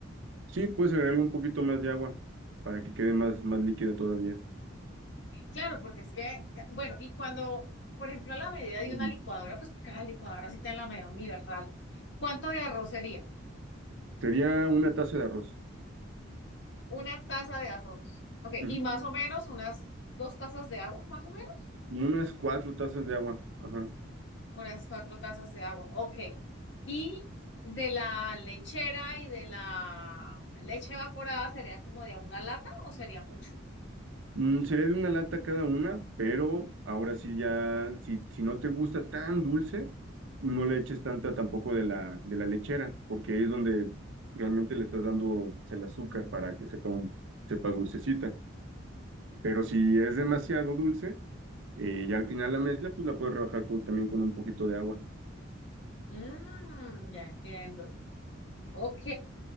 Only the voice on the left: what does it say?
Claro, porque es que, eh, bueno, y cuando, por ejemplo, la medida de
una licuadora, pues que cada licuadora sí tiene la medida universal. ¿Cuánto de arroz sería?
Una taza de arroz. Ok,
y más o menos unas dos tazas de agua, más o menos.
Unas cuatro tazas de agua, ok. Y de la lechera y de la leche evaporada sería como de a una lata o sería mucho.
Mm, ya entiendo. Ok,